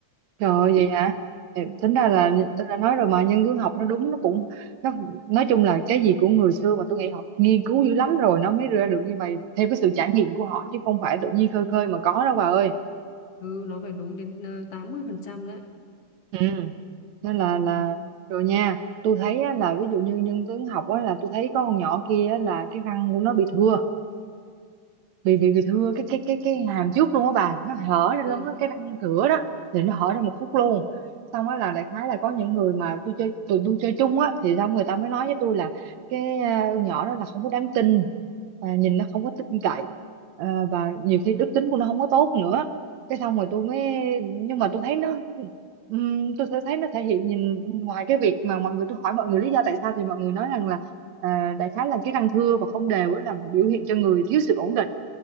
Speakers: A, on the right (about 75°); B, on the left (about 55°).
A: trời ơi vậy hả Ừ, tính ra là tôi đã nói rồi mà nhân tướng học nó đúng nó cũng nó nói chung là cái gì của người xưa mà tôi nghĩ họ nghiên cứu dữ lắm rồi nó mới ra được như vậy theo cái sự trải nghiệm của họ chứ không phải tự nhiên khơi khơi mà có đâu bà ơi
B: ừ nó phải đúng đến ờ, 80% đấy
A: ừ nên là
B: ừ.
A: là rồi nha tôi thấy á, là ví dụ như nhân tướng học á là tôi thấy có con nhỏ kia á, là cái răng của nó bị thưa bị bị bị thưa cái cái cái cái hàm trước luôn á bà nó hở ra
B: Ừ,
A: luôn á
B: cái-
A: cái răng cửa đó thì nó hở ra một khúc luôn xong á là đại khái là có những người mà tôi chơi tụi tôi chơi chung á thì xong người ta mới nói với tôi là cái à, con nhỏ đó là không có đáng tin và nhìn nó không có tin cậy à, và nhiều khi đức tính của nó không có tốt nữa cái xong rồi tôi mới nhưng mà tôi thấy nó ừm, tôi sẽ thấy nó thể hiện nhìn ngoài cái việc mà mọi người tôi hỏi mọi người lý do tại sao thì mọi người nói rằng là à, đại khái là cái răng thưa và không đều á là biểu hiện cho người thiếu sự ổn định